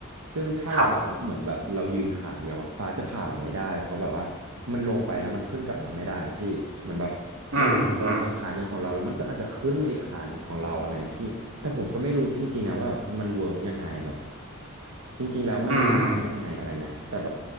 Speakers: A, on the right; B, on the right.
A: ซึ่งถ้าเราบอกว่าเหมือนแบบเรายืนขาเดียวอ่ะฟ้าจะผ่าเราไม่ได้เพราะแบบว่ามันลงไปแล้วมันขึ้นกลับมาไม่ได้อะพี่เหมือนแบบ
B: ครับ อืมอืม
A: มันอาจจะลงไปขาหนึ่งของเราแล้วมันก็อาจจะขึ้นมาอีกขาหนึ่งของเราอะไรพี่ แต่ผมก็ไม่รู้จริงๆนะว่าแบบมันเวิร์กยังไงแบบจริงๆแล้วมันหมายว่ายังไงอะไรเงี้ยแต่แบบ
B: อืม